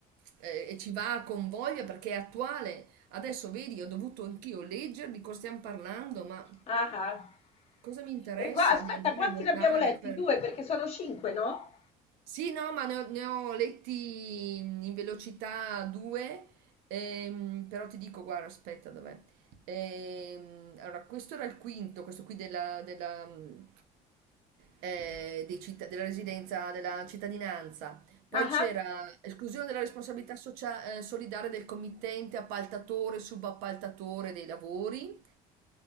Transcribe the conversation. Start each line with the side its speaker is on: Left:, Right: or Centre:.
Right: eh, e ci va con voglia perché è attuale. Adesso vedi, ho dovuto anch'io leggere di cosa stiamo parlando, ma
Left: Ah, ah.
Right: cosa mi interessa
Left: E qua, aspetta,
Right: di andare
Left: quanti
Right: a votare
Left: ne abbiamo letti?
Right: per...
Left: Due, perché sono cinque, no?
Right: Sì, no, ma ne ho, ne ho letti in velocità due, ehm, però ti dico, guarda, aspetta, dov'è? Ehm, allora, questo era il quinto, questo qui della, della, mm, eh, dei citt- della residenza, della cittadinanza. Poi
Left: Ah,
Right: c'era
Left: ah.
Right: esclusione della responsabilità socia- eh, solidale del committente, appaltatore, subappaltatore dei lavori